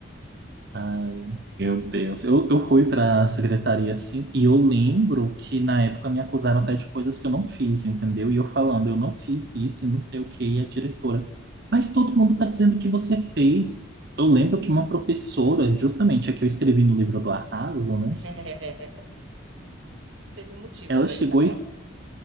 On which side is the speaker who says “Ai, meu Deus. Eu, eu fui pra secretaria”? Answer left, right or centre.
Right